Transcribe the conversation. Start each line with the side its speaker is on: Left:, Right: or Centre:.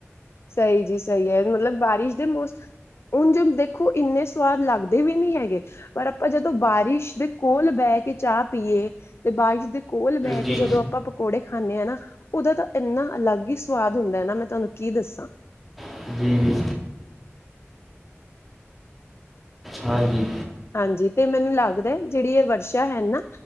Left: ਸਹੀ ਜੀ, ਸਹੀ ਹੈ, ਮਤਲਬ ਬਾਰਿਸ਼ ਦੇ ਮੌਸਮ ਹੁਣ ਜ ਦੇਖੋ ਇੰਨੇ ਸਵਾਦ ਲੱਗਦੇ ਵੀ ਨਹੀਂ ਹੈਗੇ। ਪਰ ਆਪਾਂ ਜਦੋਂ ਬਾਰਿਸ਼ ਦੇ ਕੋਲ ਬਹਿ ਕੇ ਚਾਹ ਪੀਏ, ਤੇ ਬਾਰਿਸ਼ ਦੇ ਕੋਲ ਬਹਿ
Centre: ਜੀ
Left: ਕੇ ਜਦੋਂ ਆਪਾਂ ਪਕੌੜੇ ਖਾਂਦੇ ਆ ਨਾ, ਉਹਦਾ ਤਾਂ ਇੰਨਾ ਅਲੱਗ ਹੀ ਸਵਾਦ ਹੁੰਦਾ ਹੈ ਨਾ, ਮੈਂ ਤੁਹਾਨੂੰ ਕੀ ਦੱਸਾਂ!
Centre: <inaudible> ਜੀ ਜੀ ਹਾਂਜੀ।
Left: ਹਾਂਜੀ, ਤੇ ਮੈਨੂੰ ਲੱਗਦਾ ਜਿਹੜੀ ਇਹ ਵਰਸ਼ਾ ਹੈ ਨਾ